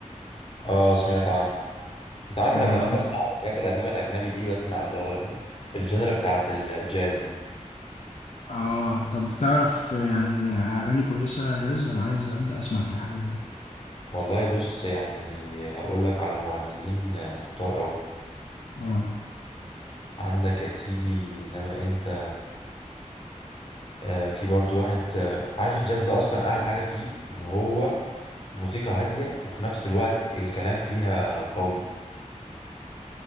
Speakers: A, on the left; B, on the left.
A: اه سمعت عنه انت عارف
B: آه
A: انا كمان بسمع الحاجات القديمه الاجنبي ايه بسمع اللي هو ال- الجنرا بتاعت الجاز دي
B: اه طب تعرف يعني اغاني كويسه جاز انا عايز ابدا اسمع في الحاجات دي
A: والله بص يعني هقول لك على مغنيين خطار قوي
B: اه
A: عندك يا سيدي انما انت آه، في برضو واحد آه، عارف الجاز ده اصلا احلى حاجة فيه ان هو موسيقى هادية وفي نفس الوقت الكلام فيها قوي